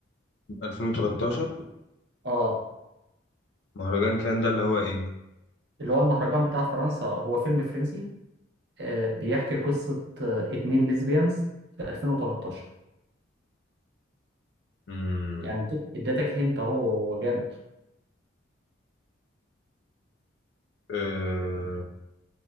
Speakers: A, on the left; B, on the right.
A: 2013
B: اه
A: مهرجان كان ده اللي هو ايه
B: اللي هو المهرجان بتاع فرنسا هو فيلم فرنسي آه، بيحكي قصة آه، اتنين ليزبيانز في 2013
A: امم
B: يعني اديتك هنت اهو جامد
A: أه